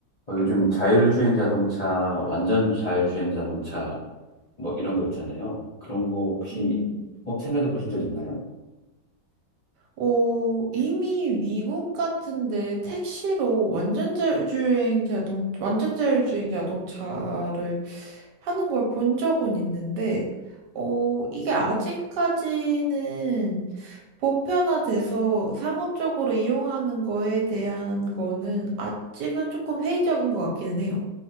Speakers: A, on the left (about 30°); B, on the right (about 70°).
A: 어, 요즘 자율주행 자동차, 완전 자율주행 자동차, 뭐 이런 거 있잖아요. 그런 거 혹시
B: 음.
A: 어, 생각해 보신 적 있나요?
B: 어, 이미 미국 같은데 택시로 완전 자율주행 자동, 완전 자율주행 자동차를 하는 걸 본 적은 있는데, 어, 이게 아직까지는 보편화돼서 상업적으로 이용하는 거에 대한 거는 아직은 조금 회의적인 것 같기는 해요.